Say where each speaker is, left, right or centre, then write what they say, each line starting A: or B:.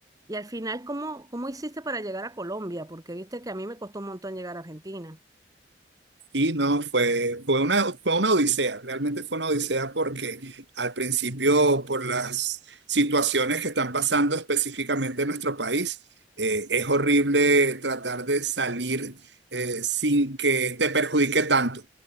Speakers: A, on the right (about 20°); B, on the right (about 80°).
A: Y al final, ¿cómo, cómo hiciste para llegar a Colombia? Porque viste que a mí me costó un montón llegar a Argentina.
B: Y no, fue, fue una, fue una odisea, realmente fue una odisea porque al principio por las situaciones que están pasando específicamente en nuestro país, eh, es horrible tratar de salir eh, sin que te perjudique tanto.